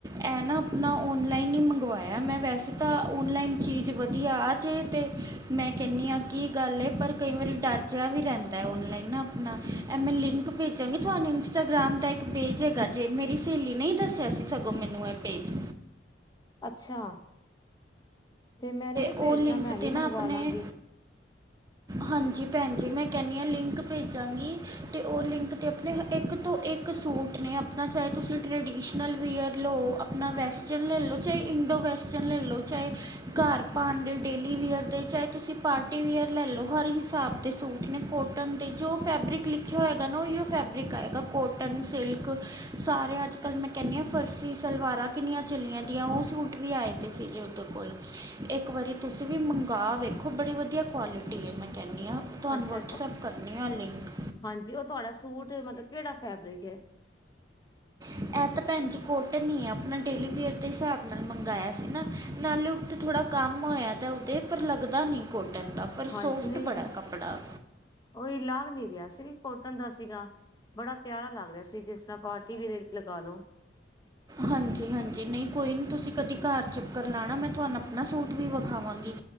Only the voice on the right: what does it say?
ਐ ਨਾ ਨਾ ਔਨਲਾਈਨ ਹੀ ਮੰਗਵਾਇਆ, ਮੈਂ ਵੈਸੇ ਤਾਂ ਔਨਲਾਈਨ ਚੀਜ਼ ਵਧੀਆ ਆ ਜੇ ਤੇ ਮੈਂ ਕਹਿੰਦੀ ਹਾਂ ਕੀ ਗੱਲ ਏ, ਪਰ ਕਈ ਵਾਰੀ ਡਰ ਜਿਹਾ ਵੀ ਰਹਿੰਦਾ ਔਨਲਾਈਨ ਨਾ ਆਪਣਾ ਐ ਮੈਂ ਲਿੰਕ ਭੇਜਾਂਗੀ ਤੁਹਾਨੂੰ ਇੰਸਟਾਗ੍ਰਾਮ ਦਾ ਇੱਕ ਪੇਜ ਹੈਗਾ ਜੇ, ਮੇਰੀ ਸਹੇਲੀ ਨੇ ਦੱਸਿਆ ਸੀ ਸਗੋਂ ਮੈਨੂੰ ਇਹ ਪੇਜ
ਉਹ
ਲਿੰਕ
ਤੇ ਨਾ
ਆਪਣੇ
ਹਾਂਜੀ ਭੈਣ ਜੀ, ਮੈਂ ਕਹਿੰਦੀ ਹਾਂ ਲਿੰਕ ਭੇਜਾਂਗੀ ਤੇ ਉਹ ਲਿੰਕ 'ਤੇ ਆਪਣੇ, ਇੱਕ ਤੋਂ ਇੱਕ ਸੂਟ ਨੇ ਆਪਣਾ ਚਾਹੇ ਤੁਸੀਂ ਟਰਡੀਸ਼ਨਲ ਵੀਅਰ ਲਓ ਨਾ ਵੈਸਟਰਨ ਲੈ ਲਓ, ਚਾਹੇ ਇੰਡੋ ਵੈਸਟਰਨ ਲੈ ਲਓ ਚਾਹੇ ਘਰ ਪਾਉਣ ਦੇ ਡੇਲੀ ਵੀੇਅਰ ਦੇ ਚਾਹੇ ਤੁਸੀਂ ਪਾਰਟੀ ਵੀੇਅਰ ਲੈ ਲਓ, ਹਰ ਹਿਸਾਬ ਦੇ ਸੂਟ ਨੇ, ਕੋਟਨ ਦੇ ਜੋ ਫੈਬਰਿਕ ਲਿਖਿਆ ਹੋਏਗਾ ਨਾ ਉਹੀਓ ਫੈਬਰਿਕ ਆਏਗਾ ਕੋਟਨ ਸਿਲਕ ਸਾਰੇ ਅੱਜ ਕੱਲ੍ਹ ਮੈਂ ਕਹਿੰਦੀ ਹਾਂ ਫਰਸੀ ਸਲਵਾਰਾਂ ਕਿੰਨੀਆਂ ਚੱਲੀਆਂ ਦੀਆਂ ਉਹ ਸੂਟ ਵੀ ਆਏ ਦੇ ਸੀ ਜੇ ਉਧਰ ਕੋਲ ਇੱਕ ਵਾਰੀ ਤੁਸੀਂ ਵੀ ਮੰਗਾਵਾ ਵੇਖੋ, ਬੜੀ ਵਧੀਆ ਕੁਆਲਿਟੀ ਹੈ ਮ ਕਹਿੰਦੀ ਹਾਂ, ਤੁਹਾਨੂੰ
ਵਟਸਐਪ
ਕਰਨੀ ਹਾਂ ਲਿੰਕ
ਇਹ ਤਾਂ ਭੈਣ ਜੀ ਕੋਟਨ ਨੀ, ਆਪਣਾ ਡੇਲੀ ਵੇਅਰ ਦੇ ਹਿਸਾਬ ਨਾਲ ਮੰਗਾਇਆ ਸੀ ਨਾ ਨਾਲੇ ਉੱਥਤੇ ਥੋੜ੍ਹਾ ਕੰਮ ਹੋਇਆ, ਤਾਂ ਉਹਦੇ ਪਰ ਲੱਗਦਾ ਨਹੀਂ, ਕਾਟਨ ਦਾ, ਪਰ
ਸੋਫਟ
ਬੜਾ ਕੱਪੜਾ
ਹਾਂਜੀ- ਹਾਂਜੀ, ਨਹੀਂ ਕੋਈ ਨਹੀਂ ਤੁਸੀਂ ਕਦੇ ਘਰ ਚੱਕਰ ਲਾਉਣਾ ਮੈਂ ਤੁਹਾਨੂੰ ਆਪਣਾ ਸੂਟ ਵੀ ਵਿਖਾਵਾਂਗੀ